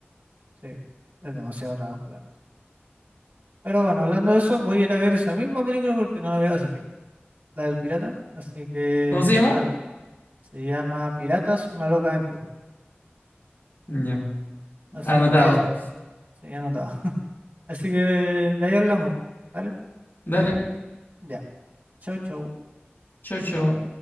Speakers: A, on the right; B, on the left.
A: sí, es demasiado trabajo, la verdad. Pero bueno, hablando de eso, voy a ir a ver esa misma película porque no la veo hace tiempo, la del pirata, así que
B: ¿Cómo se llama?
A: dale, se llama Piratas, una loca aventura,
B: Ya,
A: así
B: Anotado.
A: que eso, sí, anotado. Así que de ahí hablamos, ¿vale?
B: Dale.
A: Ya, chau, chau.
B: Chau, chau.